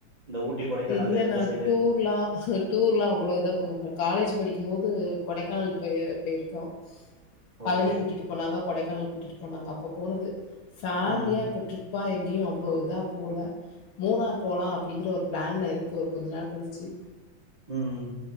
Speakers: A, on the right; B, on the left.
A: இந்த ஊட்டி கொடைக்கானலு
B: இல்ல
A: இந்த
B: நா
A: சைடு
B: டூர்லா டூர்லா அவ்ள இதா காலேஜ் படிக்க போது கொடைக்கானல் போயி போயிருக்கோ
A: ஓகே
B: பழநி கூட்டிட்டு போனாங்க கொடைக்கானல் கூட்டிட்டு போனாங்க அப்போ போனது ஃபேமலியா
A: ம்
B: ட்ரிப் ப்பா எங்கயு அவ்ள இதா போல மூணார் போலா அப்டிங்கற ஒரு பிளான்ல இருக்குது ஒரு கொஞ்ச நாள் கழிச்சு
A: ம் ம்